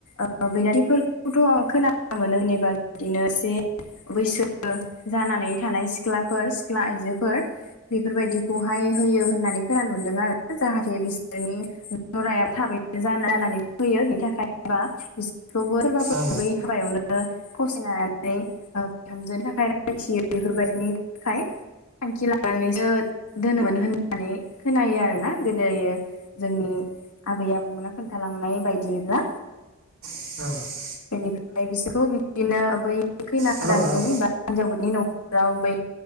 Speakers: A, on the left; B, on the right.
A: ओ बैरिफोरखौथ' आं खोनानो मोनो जेनेबा बिदिनो एसे बैसो जानानै थानाय सिख्लाफोर सिख्ला आइजो फोर बेफोरबायदिखौहाय होयो होननानै खोनानो मोनदों आरो जाहाथे बिसोरनि जरायाबो थाबैनो जाना-जानानै होनानानै फैयो बिनि थाखायबा बिसोरखौबो सोरबाफोर
B: औ
A: बै हाबायावनो फसायनानै ओ बिहामजोनि थाखाय रायथियो बेफोरबायदिनि थाखाय थांखि लानानैसो दोनोमोन होननानै खोनायो आरोना गोदोयो जोंनि आबै आबौमोना खोन्थालांनाय बायदिब्ला
B: नोंथां
A: बेनिफ्राय बिसोरखौ बिदिनो बै खैना
B: हेलौ
A: गोदाननि
B: हेलौ
A: बा हिनजावफोरनि न'खराव बै